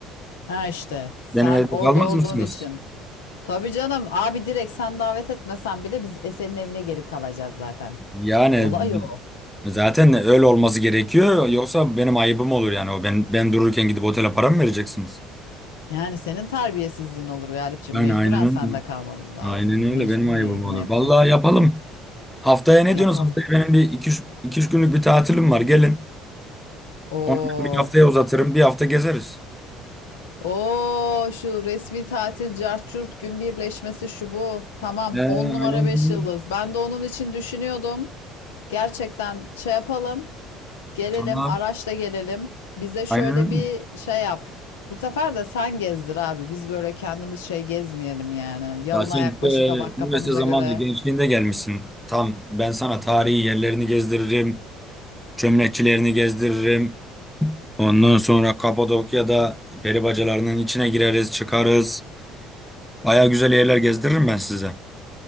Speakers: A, on the left; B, in the centre.
A: ha işte sen
B: Benim evde
A: orada
B: kalmaz
A: olduğun
B: mısınız?
A: için. Tabii canım abi direkt sen davet etmesen bile biz Esen'in evine gelip kalacağız zaten.
B: Yani
A: Olay o.
B: zaten öyle olması gerekiyor. Yoksa benim ayıbım olur yani. O ben ben dururken gidip otele para mı vereceksiniz?
A: Yani senin terbiyesizliğin olur Galipciğim.
B: Yani
A: Mecburen
B: aynen
A: sende
B: öyle.
A: kalmamız lazım.
B: Aynen öyle
A: Mecbur
B: benim ayıbım
A: yani buna
B: olur.
A: yapacak
B: Vallahi
A: bir şey
B: yapalım.
A: yok.
B: Haftaya ne
A: Yapalım.
B: diyorsunuz? Haftaya benim bir iki, üç- iki üç günlük bir tatilim var. Gelin.
A: Oo,
B: Onu ben bir haftaya uzatırım. Bir hafta gezeriz.
A: o şu resmi tatil cart curt gün birleşmesi şu bu. Tamam
B: Ee,
A: 10 numara
B: aynen
A: 5
B: öyle.
A: yıldız. Ben de onun için düşünüyordum. Gerçekten şey yapalım. Gelelim,
B: Tamam.
A: araçla gelelim. Bize şöyle
B: Aynen öyle.
A: bir şey yap. Bu sefer de sen gezdir abi. Biz böyle kendimiz şey gezmeyelim yani. Yalın
B: Ya sen
A: ayak
B: de
A: başı kabak
B: üniversite
A: kafamıza
B: zamanında
A: göre.
B: gençliğinde gelmişsin. Tam ben sana tarihi yerlerini gezdiririm. Çömlekçilerini gezdiririm. Ondan sonra Kapadokya'da peri bacalarının içine gireriz, çıkarız. Baya güzel yerler gezdiririm ben size.